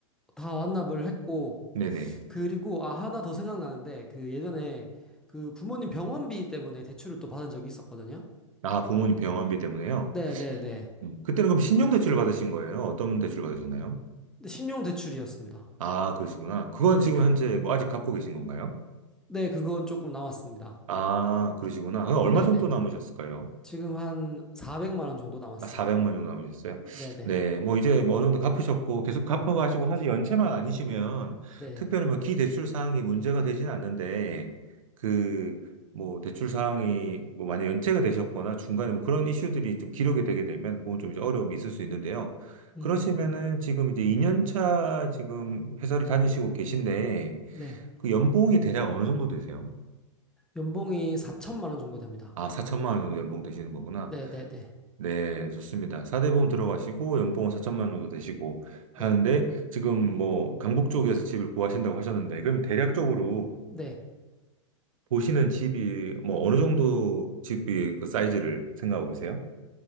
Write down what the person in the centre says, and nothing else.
다 완납을 했고,
그리고, 아, 하나 더 생각나는데, 그 예전에 그 부모님 병원비 때문에 대출을 또 받은 적이 있었거든요.
네, 네, 네.
근데 신용 대출이었습니다.
네,
네.
네, 그건 조금 남았습니다.
네,
네.
지금 한 400만 원 정도 남았어요.
네, 네.
네.
음,
네.
연봉이 4천만 원 정도 됩니다.
네네네.
네.
네.